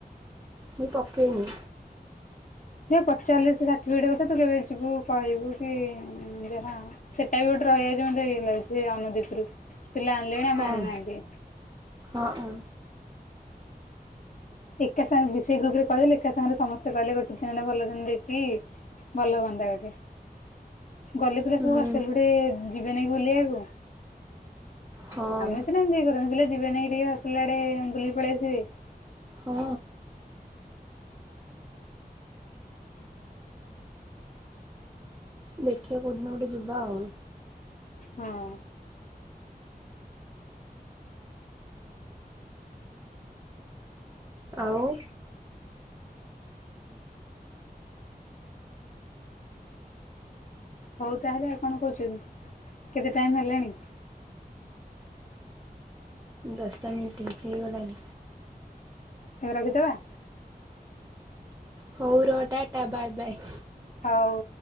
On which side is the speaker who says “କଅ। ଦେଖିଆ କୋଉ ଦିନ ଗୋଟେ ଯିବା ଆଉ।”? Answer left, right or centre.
Right